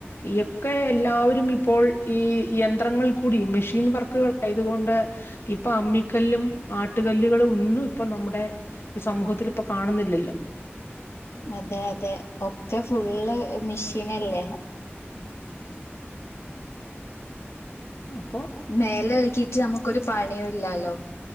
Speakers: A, on the left; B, on the left.
A: ഈ ഒക്കെ എല്ലാവരും ഇപ്പോൾ ഈ യന്ത്രങ്ങൾ കൂടി മെഷീൻ വർക്കുകൾ ആായതുകൊണ്ട് ഇപ്പൊ അമ്മിക്കല്ലും, ആട്ടുകല്ലുകളും ഒന്നും ഇപ്പൊ നമ്മുടെ ഈ സമൂഹത്തിൽ ഇപ്പൊ കാണുന്നില്ലല്ലോ
B: അതെ അതെ ഒക്കെ ഫുള്ള് മെഷീൻല്ലേ
A: അപ്പോ
B: മേല ഇളക്കിട്ട് നമുക്കരു പണിയോ ഇല്ലാലോ